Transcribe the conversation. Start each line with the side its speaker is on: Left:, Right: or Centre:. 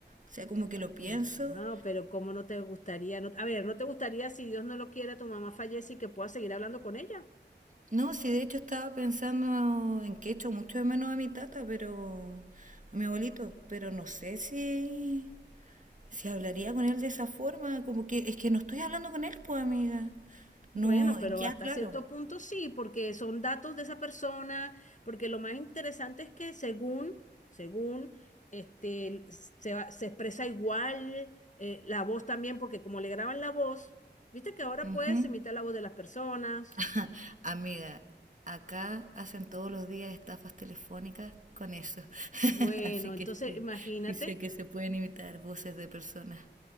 Right: O sea, como que lo pienso.
Left: No, pero ¿cómo no te gustaría? No- a ver, ¿no te gustaría si Dios no lo quiere, tu mamá fallece y que puedas seguir hablando con ella?
Right: No, sí, de hecho estaba pensando en que echo mucho de menos a mi tata, pero... a mi abuelito, pero no sé si... si hablaría con él de esa forma. Como que es que no estoy hablando con él, pues, amiga.
Left: Bueno,
Right: No,
Left: pero
Right: ya,
Left: hasta
Right: claro.
Left: cierto punto sí, porque son datos de esa persona, porque lo más interesante es que según, según, este, el- se, va- se expresa igual eh, la voz también, porque como le graban la voz, viste que ahora
Right: Ujú.
Left: puedes imitar la voz de las personas.
Right: <laughs> Amiga, acá hacen todos los días estafas telefónicas con eso. <laughs>
Left: Bueno,
Right: Así que
Left: entonces
Right: sí,
Left: imagínate,
Right: dice que se pueden imitar voces de personas.